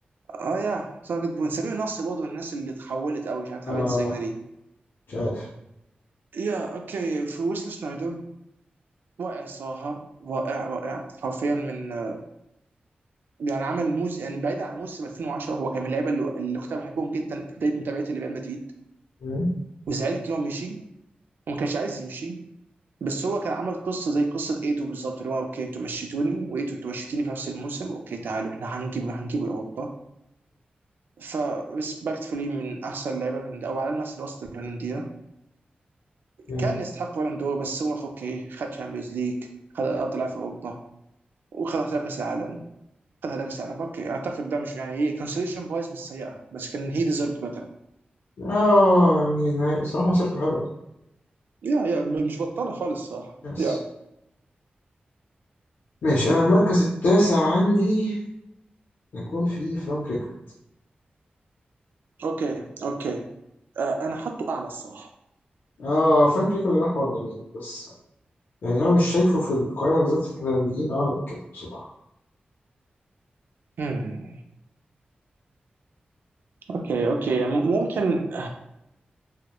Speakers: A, on the right (about 75°); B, on the left (about 80°).
A: اه يا صار بتبوظ سمير نصر برضه من الناس اللي اتحولت قوي مش عارف اتحولت
B: آه
A: ازاي كده ليه
B: مش عارف
A: يا اوكي في ويسل شنايدر واقع الصراحه رائع رائع حرفيا من آه، يعني عمل موس يعني بعيد عن موسم 2010 هو كان من اللعيبه اللي, اللي كنت بحبهم جدا في بدايه متابعتي لريال مدريد
B: مم.
A: وزعلت ان هو مشي وما كانش عايز يمشي بس هو كان عمل قصه زي قصه ايتو بالظبط اللي هو اوكي انتوا مشيتوني وايتو انتوا مشيتيني في نفس الموسم اوكي تعالوا احنا هنجيبه هنجيبه لاوروبا فريسبكتفولي من احسن اللعيبه الهولنديه او على الاقل من احسن الوسط الهولنديه
B: مم.
A: كان يستحق بالون دور بس هو اوكي خد شامبيونز ليج خد افضل لاعب في اوروبا وخد هداف كاس العالم خد هداف كاس العالم اوكي اعتقد ده مش يعني ايه كونسوليشن برايس مش سيئه بس كان هي ديزيرفد بيتر
B: اه يعني نهاية- صراحة مسيرته حلوة يعني.
A: يا يا مش بطاله خالص صح
B: يس
A: يا
B: ماشي انا المركز التاسع عندي هيكون في فرانك ريكارد
A: اوكي اوكي آه انا حاطه اعلى الصراحه
B: اه فرانك ريكارد ده حوار جميل بس يعني انا مش شايفه في القائمه بالذات في الهولنديين اعلى من كده بصراحه
A: مم. اوكي اوكي م- ممكن